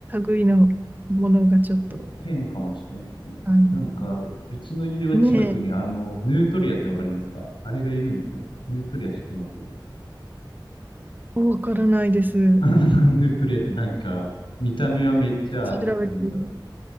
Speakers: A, on the right; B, on the left.
A: 類のものがちょっと、
B: え天かもしれんですね。
A: あの、
B: なんか、うちの家は近くにあの、
A: ね
B: ヌートリアってわかりますかあれがいるんですよ。ヌートリア知ってます
A: え、わからないです。
B: <laughs> なんでトリアってなんか、見た目はめっちゃ、
A: 調べてみ、
B: なんて言うんだろう。